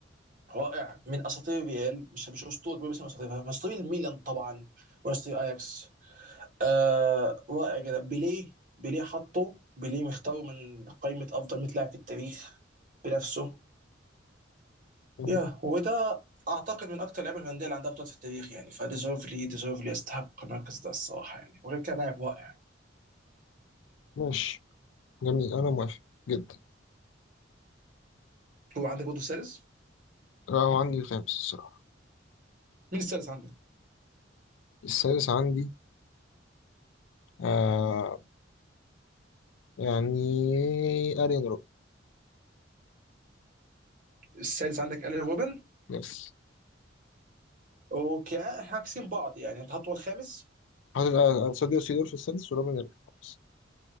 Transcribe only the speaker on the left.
مم،
ماشي جميل انا موافق جدا
لا هو عندي الخامس الصراحه
السادس عندي آه يعني ارين
يس
حاطط آه، آه، ساديو سيدور في السادس وروبن الخامس